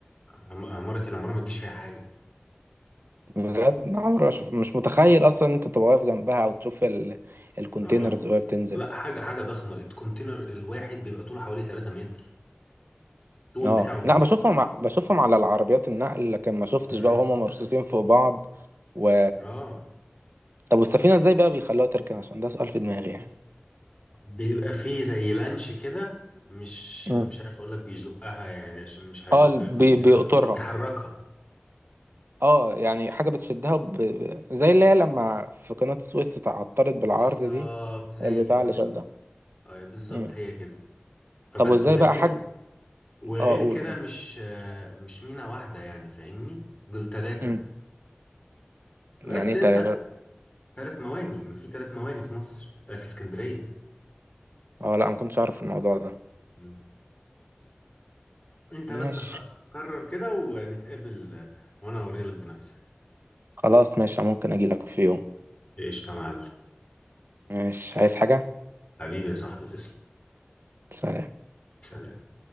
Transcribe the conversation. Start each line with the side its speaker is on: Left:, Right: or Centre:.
Left: عم- عمارة العمارة ما تجيش فيها حاجة
Right: بجد أنا عمري ما شف- مش متخيل اصلا إن انت تبقى واقف جنبها او تشوف ال... الكونتينرز
Left: اه
Right: وهي بتنزل
Left: لا حاجة حاجة ضخمة الكونتينر الواحد بيبقى طوله حوالي 3 متر طول
Right: اه
Left: بتاعه
Right: لا بشوفهم ع- بشوفهم على العربيات النقل لكن ما شفتش
Left: مم.
Right: بقى وهم مرصوصين فوق بعض و
Left: اه
Right: طب والسفينة ازاي بقى بيخلوها تركن عشان ده سؤال في دماغي يعني
Left: بيبقى فيه زي لانش كده مش مش
Right: مم.
Left: عارف اقول لك بيزقها يعني عشان مش هيزق
Right: اه ال- بي
Left: كونتينر
Right: بيقطرها
Left: بيحركها
Right: اه يعني حاجة بتشدها ب... ب... زي اللي هي لما في قناة السويس اتعطلت بالعرض
Left: بالظبط
Right: دي
Left: زي
Right: البتاع
Left: كده بالظبط
Right: اللي شدها
Left: اي بالظبط
Right: مم.
Left: هي كده فبس
Right: طب وازاي
Left: وغير
Right: بقى
Left: كده
Right: حاج
Left: وغير
Right: اه قول
Left: كده
Right: قول.
Left: مش آه، مش مينا واحدة يعني فاهمني دول تلاتة
Right: مم.
Left: بس
Right: يعني ايه
Left: انت
Right: تلاتة
Left: تلات مواني ما في تلات مواني في مصر آه، في اسكندرية
Right: اه لا ما كنتش اعرف الموضوع ده
Left: مم. انت
Right: ماشي
Left: بس خ- قرر كده ونتقابل آه، وانا اوريلك بنفسي
Right: خلاص ماشي ممكن اجي لك في يوم
Left: ايش يا معلم
Right: ماشي عايز حاجة
Left: حبيبي يا صاحبي تسلم
Right: سلام
Left: سلام